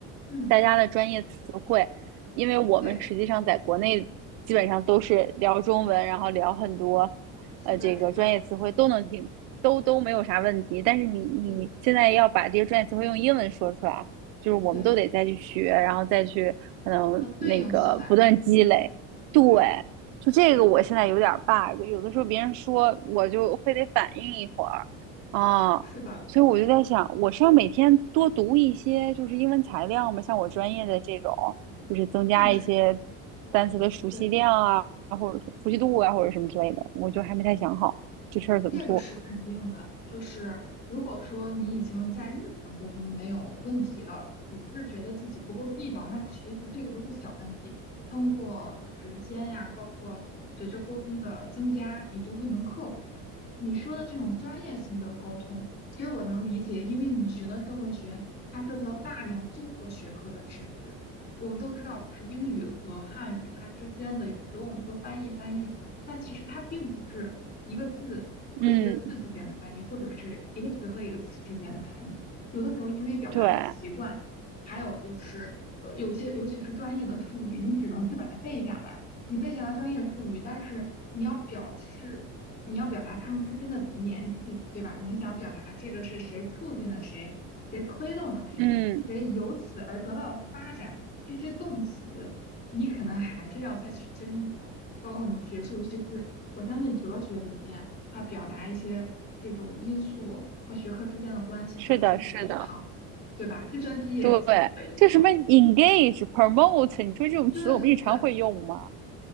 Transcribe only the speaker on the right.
大家的专业词汇，因为我们实际上在国内基本上都是聊中文，
然后聊很多
呃这个专业词汇都能听，
都都没有啥问题。但是你你现在要把这些专业词汇用英文说出来，
就是我们都得再去学，
然后再去可能那个不断积累。
对，
就这个我现在有点
bug，有的时候别人说我就会得反应一会儿啊。
所以我就在想，
我是要每天多读一些就是英文材料吗？像我专业的这种，就是增加一些
单词的熟悉量啊，
或者说熟悉度啊，或者什么之类的，我就还没太想好这事儿怎么做。
嗯，
对，
嗯，
是的，是的，
对，就什么 engage、promote，你说这种词我们日常会用吗？